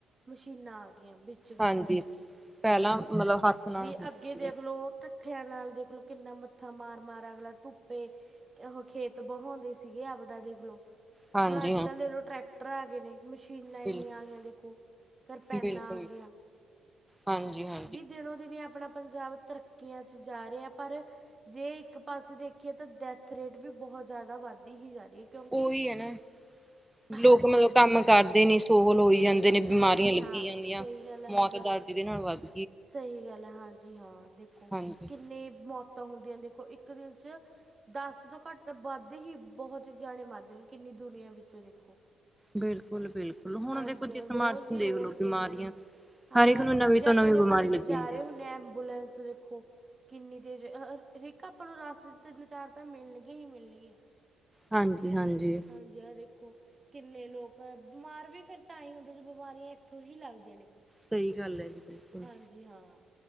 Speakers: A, on the right; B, in the centre.
A: ਮਸ਼ੀਨਾਂ ਆ ਗਈਆਂ ਬੀ ਚ ਗਢ
B: ਹਾਂਜੀ।
A: -ਗਢ ਕੇ
B: ਪਹਿਲਾਂ
A: ਦੇਖੋ
B: ਮਤਲਬ ਹੱਥ ਨਾਲ
A: ਵੀ
B: ਹੁੰਦੇ
A: ਅੱਗੇ ਦੇਖ
B: ਸੀਗੇ
A: ਲਏ ਤੇ ਤੁ ਖਿਆਂ <unintelligible> ਨਾਲ ਦੇਖਲੋ ਕਿੰਨਾ ਮੱਥਾ ਮਾਰ -ਮਾਰ ਅਗਲਾ ਧੁੱਪੇ ਏਹੋ ਖੇਤ ਬਹੋਂਦੇ ਸੀਗੇ ਆਪਦਾ ਦੇ <unintelligible> ਖਲੋ
B: ਹਾਂਜੀ
A: ਹੁਣ ਅੱਜ
B: ਹਾਂ
A: -ਕੱਲ੍ਹ ਦੇਖਲੋ ਟਰੈਕਟਰ ਆ ਗੇ ਨੇ, ਮਸ਼ੀਨਾਂ ਇੰਨੀਆਂ
B: ਬਿਲਕੁਲ।
A: ਆ ਗਈਆਂ ਦੇਖੋ। ਕਰਰਪਾਨਾ
B: ਬਿਲਕੁਲ
A: ਆ ਗਿਯਾ।
B: ਹਾਂਜੀ ਹਾਂ,
A: ਬੀ ਦਿਨੋ- ਦਿਨ ਅਪਣਾ ਪੰਜਾਬ ਤਰੱਕੀਆਂ ਚ ਜਾ ਰਿਯਾ। ਪਰ ਜੇ ਇੱਕ ਪਾਸੇ ਦੇਖੀਏ ਤਾਂ ਡੈੱਥ ਰੇਟ ਵੀ ਬਹੁਤ ਜ਼ਿਆਦਾ ਵੱਧਦੀ ਹੀ ਜਾ ਰਹੀ ਹੈ। ਕਿਉਂਕਿ
B: ਉਹੀ ਹੈ ਨਾ ਲੋਕ
A: ਹਾਂਜੀ
B: ਮਤਲਬ
A: ਹਾਂ
B: ਕੰਮ ਕਰਦੇ ਨ੍ਹੀਂ ਸੋਹਲ ਹੋਈ ਜਾਂਦੇ ਨੇ ਬਿਮਾਰੀਆਂ
A: ਹਾਂਜੀ
B: ਲੱਗੀ
A: ਹਾਂ
B: ਜਾਂਦੀਆਂ
A: ਸਹੀ ਗੱਲ ਹੈ
B: ਮੌਤ
A: ਹਾਂਜੀ ਹਾਂ
B: ਦਾ ਇਹਦੇ ਨਾਲ ਵਧ
A: ਸਹੀ ਗੱਲ ਹੈ ਹਾਂਜੀ ਹਾਂ ਦੇਖੋ
B: ਹਾਂਜੀ
A: ਕਿੰਨੀ ਮੌਤ ਹੁੰਦੀਆਂ ਦੇਖੋ ਇੱਕ ਦਿਨ ਚ ਦਸ ਤੋਂ ਘੱਟ ਤਾਂ ਬਦ ਹੀ ਬਹੁਤ ਜਾਆਣੇ ਮਰਦੇ ਨੇ। ਕਿੰਨੀ ਦੁਨੀਆਂ ਵਿੱਚੋਂ ਦੇਖੋ।
B: ਬਿਲਕੁਲ ਬਿਲਕੁਲ ਹੁਣ
A: ਹਾਂਜੀ
B: ਦੇਖੋ ਜਿਸ
A: ਹਾਂ ਰੋਜ਼
B: ਮਰਜ਼ੀ ਨੂੰ
A: ਹੀ
B: ਦੇਖ
A: ਰੋਜ਼
B: ਲਓ
A: ਦੇਖਲੋ
B: ਬਿਮਾਰੀਆਂ
A: ਹਾਂਜੀ
B: ਹਰ ਇੱਕ
A: ਹਾਂ
B: ਨੂੰ ਨਵੀਂ
A: ਜੇ
B: ਤੋਂ
A: ਆਪਾਂ
B: ਨਵੀਂ
A: ਦੇਖੋ
B: ਬਿਮਾਰੀ
A: ਕਿਤੇ
B: ਲੱਗੀ
A: ਜਾ
B: ਹੁੰਦੀ
A: ਰਹੇ
B: ਹੈ
A: ਹੁੰਦੇ ਹਾਂ ਐਂਬੂਲੈਂਸ ਦੇਖੋ ਕਿੰਨੀ ਤੇਜ ਰਿਕਾ ਆਪਾਂ ਨੂੰ ਰਾਸਤੇ ਚ ਤੀਨ-ਚਾਰ ਤਾਂ ਮਿਲਣਗੀਆਂ ਹੀ ਮਿਲਣਗੀਆਂ।
B: ਹਾਂਜੀ-ਹਾਂਜੀ
A: ਹਾਂਜੀ ਆਹ ਦੇਖੋ। ਕਿੰਨੇ ਲੋਕ ਬਿਮਾਰ ਵੀ ਫਿਰ ਤਾਂ ਹੀ ਹੁੰਦੇ ਨੇ ਬਿਮਾਰੀਆਂ ਇੱਥੋਂ ਹੀ ਲੱਗਦੀਆਂ ਨੇ।
B: ਸਹੀ ਗੱਲ ਹੈ ਜੀ। ਬਿਲਕੁਲ
A: ਹਾਂਜੀ ਹਾਂ